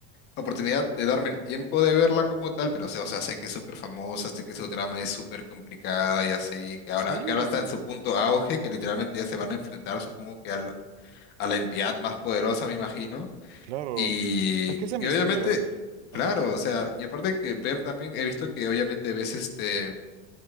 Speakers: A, on the left; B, on the right.
A: oportunidad de darme el tiempo de verla como tal, pero o sea, o sea, sé que es súper famosa, sé que su trama es súper complicada y así, que ahora,
B: sí,
A: que ahora está en su punto auge, que literalmente ya se van a enfrentar, supongo que a, lo- a la entidad más poderosa, me imagino.
B: claro.
A: Y,
B: Es que ese
A: y
B: misterio.
A: obviamente, claro,
B: Ajá.
A: o sea, y aparte que ver también, he visto que obviamente ves este